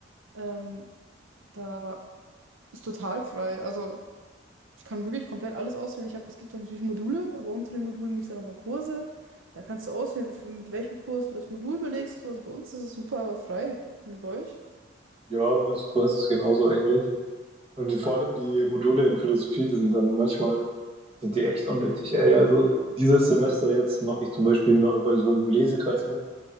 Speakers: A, on the right; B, on the right.
A: ähm, da ist total frei. Also ich kann wirklich komplett alles auswählen. Ich hab, es gibt dann natürlich Module, aber unter den Modulen gibt es dann nochmal Kurse. Da kannst du auswählen, für, mit welchem Kurs du das Modul belegst. Also bei uns ist es super frei. Und bei euch?
B: ja, Burns Quest ist genauso eigentlich. Und die, vor allem die Module in Philosophie, die sind dann manchmal, sind die echt unnötig, ey. Also dieses Semester jetzt mache ich zum Beispiel noch bei so einem Lesekreis mit,